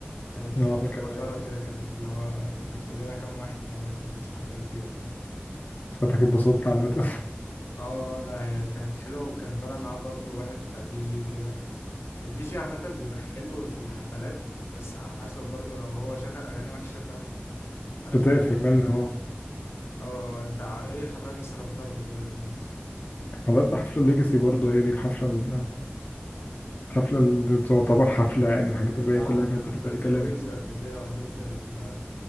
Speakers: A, on the left; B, on the left.
A: كانت
B: اه انا
A: صغيرة
B: كمان
A: كده كانت اللي هو كنا كلنا كام واحد يعني ما كانتش حفلة كبيرة فاهم
B: فاتك اتبسطت عامة <laughs>
A: اه لا هي كانت حلوة وكان طالع معاه برضو واحد بتاع دي جي كده الدي جي عامة بيبقى حلو في الحفلات بس على حسب برضه لو هو شغل أغاني وحشة فاهم يعني محدش
B: بتقفل منه اهو
A: اه انت ع- ايه حفلات مثلا رحتها قبل كده للناس؟
B: <laughs> حضرت حفلة الليجاسي برضه هي دي الحفلة ال- الحفلة اللي تعتبر حفلة يعني الحاجات الباقية
A: اه
B: كلها كانت
A: أنا
B: بتبقى
A: حضرت
B: أي كلام
A: الويجز قبل كده وحضرت ال-